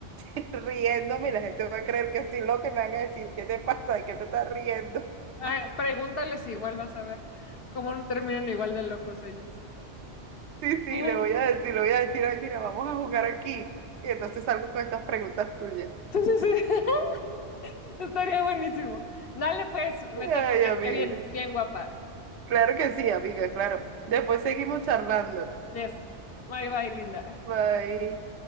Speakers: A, on the right; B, on the left.
A: <laughs> riéndome y la gente va a creer que estoy loca y me van a decir, ¿qué te pasa? ¿De ¿Qué te estás riendo? <laughs>
B: Ay, Pregúntales igual, vas a ver cómo no terminan igual de locos ellos.
A: Sí, sí,
B: Sí,
A: le voy a decir, le voy a decir, ay, mira, vamos a jugar aquí. Y entonces salgo con estas preguntas tuyas.
B: sí, sí. <laughs> Estaría buenísimo. Dale pues, vete
A: Ay,
B: a ponerte
A: amiga.
B: bien, bien guapa.
A: Claro que sí, amiga, claro. Después seguimos charlando.
B: Yes. Bye bye, linda.
A: Bye.